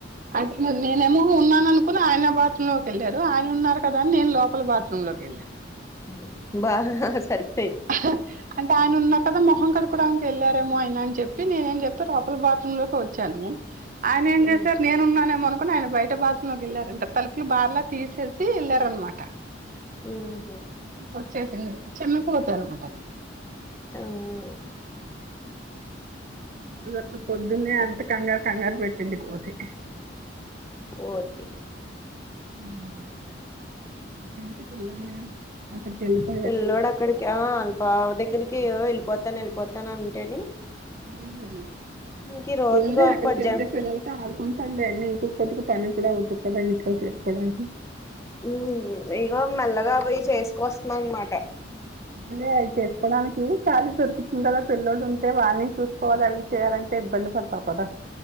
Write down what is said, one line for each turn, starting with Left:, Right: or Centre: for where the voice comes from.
Right: దిను నేనేమో ఉన్నాననుకొన్ ఆయన బాత్రూమ్ లోకేళ్ళారు ఆయన్ ఉన్నారు కదా నేన్ లోప్ పొల్ బాత్రూం లో కెల్లా
Left: హు బాహ్ హ్ సరిపోయి
Right: అహ్హ్హ అంటే ఆయనున్నా కదా మొహం కడోక్కడానికేళ్లారేమో ఆయన అని చెప్పి నేనేం చెప్ప రోపల బాత్రూమ్ లోకోచ్చాను ఆయనేం చేశార్
Left: ఉమ్
Right: నేనున్నానేమోన్ ప్పున్ ఆయన బయట బాత్రూం లోకేళ్ళారంట తలుపులు బార్లా తీసేసి ఎళ్ళారనమాట
Left: ఊ హొ
Right: ఒచ్చేసింది చిన్న కోతన్నమాట
Left: అవ్వ్వ్
Right: ఊ గట్ల పొద్దున్నే అంత కంగార్ కంగార్ పెట్టింది కోతి
Left: పోతి
Right: ఊమ్ ఇ చంటి పిల్లోడే అక్కడికెళ్ళిప
Left: పిల్లోడక్కడికి ఆ అల్ బావ దగ్గరికి ఓ ఎళ్ళిపోతాన్ యెళ్ళిపోతాన్ అంటేని
Right: ఊ హు
Left: ఇంక ఈ రోజుగా
Right: పోన్లే అక్కడ్
Left: పద్యం
Right: కెళ్తే పిల్లల్ టాడుకుంటల్లే నీకు కొద్దిగ పని కూడా వుదు కదా ఇంట్లో చేసుకోవడానికి
Left: ఊహ్మ్ ఇగో మెల్లగా పోయి చేసుకొస్తున్నన్ మాట
Right: అల్లే అవి చెస్కోడానికి ఖాలీ దొరుకుతున్ కదా పిల్లోడుంటే వాని చూసుకోవాలవి చేయాలంటే ఇబ్బంది పడతావు కదా